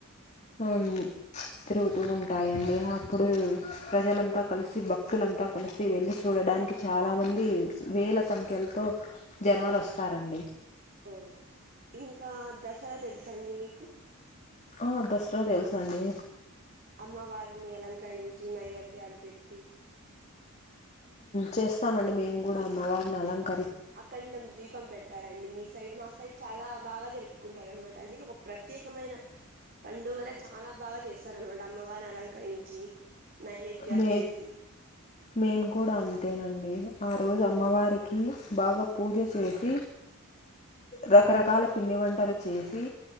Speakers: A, on the left; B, on the right.
A: ఆ తిరుగుతూ ఉంటాయండి అప్పుడు ప్రజలంతా కలిసి భక్తులంతా కలిసి వెళ్లి చూడడానికి చాలా మంది వేల సంఖ్యలతో జనాలు వస్తారండి
B: ఓ ఇంకా దసరా తెలుస అండి మీకు
A: ఆ దసరా తెలుసు అండి
B: అమ్మవారిని అలంకరించి నైవేద్యాలు పెట్టి
A: చేస్తామండి మేము కూడా అమ్మవారిని అలంకర
B: అఖండం దీపం పెడతారండి మీ సైడ్ మా సైడ్ చాలా బాగా జరుపుకుంటారు అనమాట అది ఒక ప్రత్యేకమైన పండుగల చాలా బాగా చేస్తారు అనమాట అమ్మవారిని అలంకరించి నైవేద్యాలు
A: మే
B: చేసి
A: మేము కూడా అంతేనండి ఆ రోజు అమ్మవారికి బాగా పూజ చేసి రకరకాల పిండి వంటలు చేసి